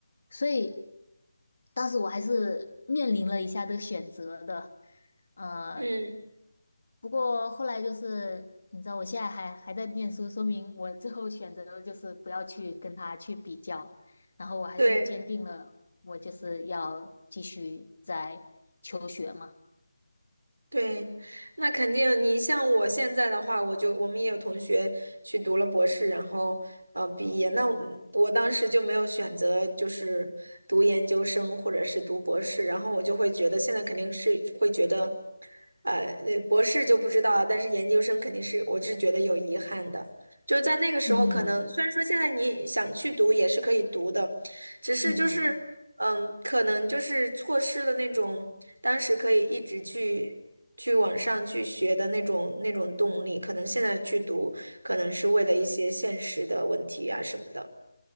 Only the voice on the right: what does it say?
嗯
对，对，那肯定。你像我现在的话，我就我们也有同学去读了博士，然后呃毕业。那我我当时就没有选择，就是读研究生或者是读博士，然后我就会觉得现在肯定是会觉得，呃，呃博士就不知道啊，但是研究生肯定是我是觉得有遗憾的。就在那个时候，
可能虽然说现在你想去读也是可以读的，只是就是嗯，
可能就是错失了那种。当时可以一直去去往上去学的那种那种动力，可能现在去读，可能是为了一些现实的问题啊什么的。